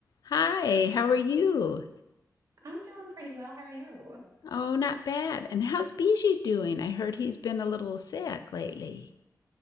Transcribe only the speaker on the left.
Hi, how are you?
Oh, not bad. And how's Bijou doing? I heard he's been a little sick lately.